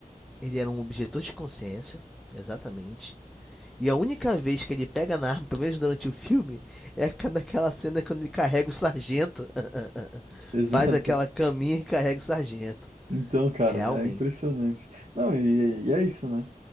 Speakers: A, in the centre; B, on the right.
A: ele era um objetor de consciência, exatamente. E a única vez que ele pega na arma, pelo menos durante o filme, é naquela cena quando ele carrega o sargento. <laughs>
B: Exato.
A: Faz aquela caminha e carrega o sargento.
B: Então, cara,
A: Realmente.
B: é impressionante. Não, e, e é isso, né?